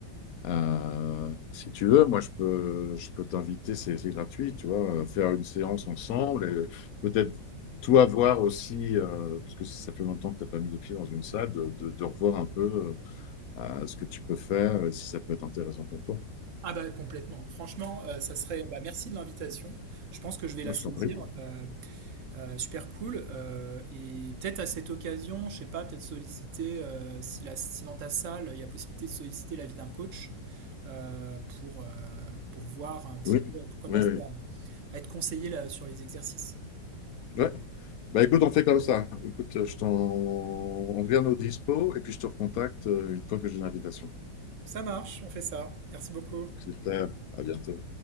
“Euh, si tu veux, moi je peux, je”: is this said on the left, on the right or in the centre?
Left